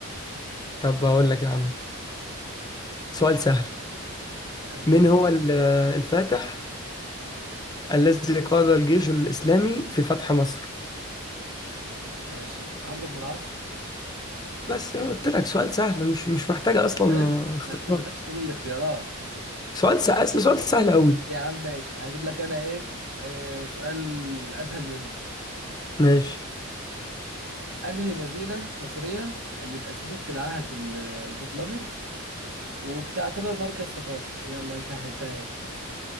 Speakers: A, on the left (about 20°); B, on the right (about 60°).
A: طب بقول لك يا عم سؤال سهل
B: يلا
A: مين
B: بينا
A: هو ال- الفاتح الذي قاد الجيش الإسلامي في فتح مصر
B: ماشي عمرو بن العاص
A: بس قلت لك سؤال سهل مش مش محتاج أصلا
B: شايف
A: اختيارات
B: ما استنيتكش تقول الاختيارات
A: سؤال سهل سؤال سهل أوي
B: يا عم ماشي هجيب لك انا ايه آه سؤال اسهل منه
A: ماشي
B: انهي مدينة مصرية اللي اتأسست في العهد ال- البطلمي وبتعتبر مركز ثقافي يلا سهلتها اهي